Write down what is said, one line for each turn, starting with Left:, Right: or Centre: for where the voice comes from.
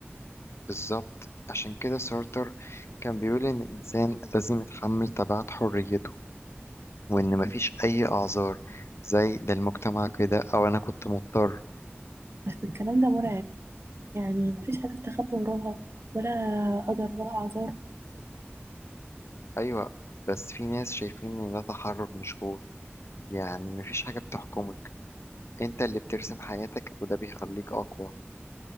Left: بالظبط عشان كده سارتر كان بيقول إن الإنسان لازم يتحمل تبعات حريته وإن مفيش أي أعذار زي ده المجتمع كده أو أنا كنت مضطر
Right: بس الكلام ده مرعب يعني مفيش حاجة استخبى وراها ولا قدر ولا أعذار
Left: أيوة بس في ناس شايفين إن ده تحرر مش خوف يعني مفيش حاجة بتحكمك أنت اللي بترسم حياتك وده بيخليك أقوى